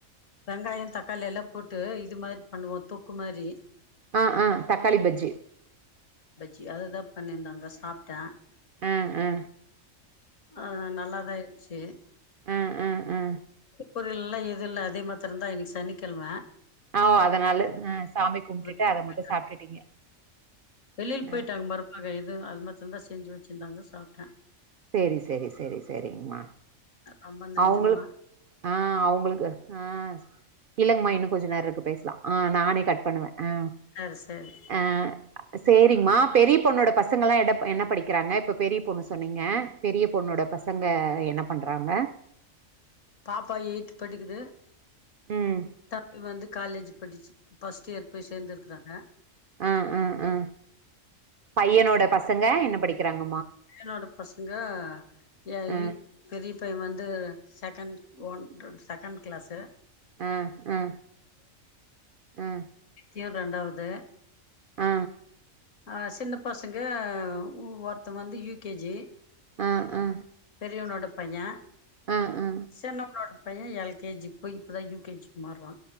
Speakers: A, on the left; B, on the right.
A: வெங்காயோ தக்காளி எல்லா போட்டு இது மாரி பண்ணுவோ தொக்கு மாரி
B: ஆ ஆ தக்காளி பஜ்ஜி
A: க்கி அதுதா பண்ணிருந்தாங்க சாப்ட்டே.
B: ஆ ஆ
A: ஆ நல்லாதா இருந்த்ச்சு
B: ஆ ஆ ஆ ஆ
A: பொருள் எல்லா எது இல்ல அது மாத்திரந்தா இன்னக்கி சனிக்கெழம.
B: ஓ அதனால ஆ சாமி கும்ட்டுட்டு
A: வெளிய
B: அத
A: போயிட்டாங்க
B: மட்டு சாப்ட்டுட்டீங்க
A: வெளியில
B: ஆ
A: போயிட்டாங்க மருமக எது அது மா <inaudible> தா செஞ்சு வச்சிருந்தாங்க சாப்ட்டே
B: சேரி சேரி சேரி சேரிங்கமா
A: ரொம்ப நன்றிமா
B: அவங்களுக்கு ஆ அவங்களுக்கு ஆ இல்லங்கமா இன்ன கொஞ்ச நேரம் இருக்கு பேச ஆ நானே கட் பண்ணுவே ஆ
A: சரி சரி
B: அ சரிங்மா பெரி பொண்ணோட பசங்காள என்ன படிக்கிறாங்க இப்ப பெரிய பொண்ணு சொன்னீங் ங்க பெரிய பொண்ணோட பசங்க என்ன பண்றாங்க
A: பாப்பா எயி்த் படிக்குது
B: ம்
A: தம்பி வந்து காலேஜ் படிச்சு ஃபர்ஸ்ட் இயர் போய் சேர்ந்துருக்கிறாங்க
B: அ அ அ பையனோட பசங்க என்ன படிக்கிறாங்க
A: என்னோட பசங்க ஏ அய்
B: ஆ
A: பெரிய பையன் வந்து செகண்ட் ஒன் செகண்ட் கிளாஸு
B: அ அ அ
A: இவன் ரெண்டாவது
B: ஆ
A: அ சின்ன பசங்க ஒருத் தங்க வந்து யூ கே ஜி
B: ஆ ஆ
A: பெரியவனோட பைய
B: ஆ ஆ
A: சின்னவனோடு பையன் எல் கே ஜி போய் இப்பதா யூ கே ஜி மாறா